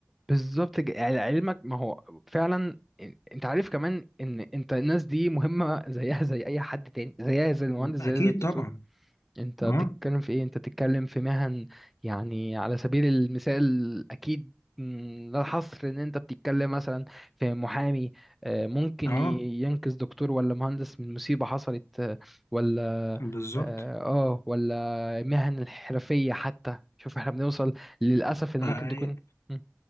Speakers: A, in the centre; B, on the left.
A: بالظبط ج- يعني علمك ما هو فعلا إن- انت عارف كمان ان انت الناس دي مهمة <laughs> زيها زي اي حد تاني زيها زي المهندس زيها
B: أكيد
A: زي الدكتور
B: طبعا
A: انت
B: أه
A: بتتكلم في ايه انت بتتكلم في مهن يعني على سبيل المثال اكيد م، لا الحصر ان انت بتتكلم مثلا في محامي آه، ممكن
B: أه
A: ي- ينقذ دكتور ولا مهندس من مصيبة حصلت آه، ولا
B: بالظبط
A: اه آه، ولا مهن الحرفية حتى شوف احنا بنوصل للأسف ان
B: آه،
A: ممكن تكون م،